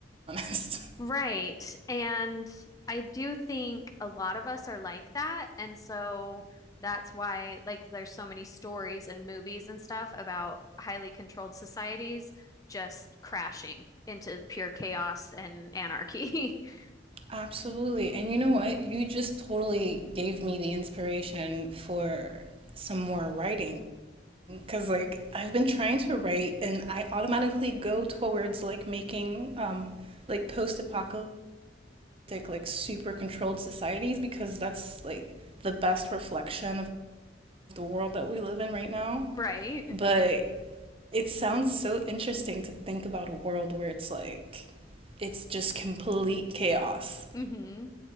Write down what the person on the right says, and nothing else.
honest. <laughs>
Absolutely. And you know what? You just totally gave me the inspiration for some more writing because like I've been trying to write and I automatically go towards like making um like post-apocalyptic like super controlled societies because that's like the best reflection of the world that we live in right now.
But it sounds so interesting to think about a world where it's like it's just complete chaos.